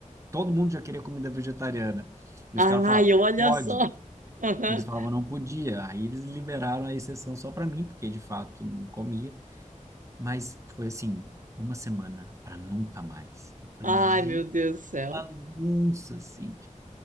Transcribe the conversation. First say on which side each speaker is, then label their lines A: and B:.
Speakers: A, on the right; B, on the right.
A: todo mundo já queria comida vegetariana. E
B: Ai,
A: os caras falavam,
B: olha
A: pode.
B: só. Aham.
A: Eles falavam não podia. Aí eles liberaram a exceção só para mim, porque de fato não comia. Mas foi assim, uma semana para nunca mais. Eu falei,
B: Ai,
A: "Gi,
B: meu Deus do céu.
A: bagunça, assim.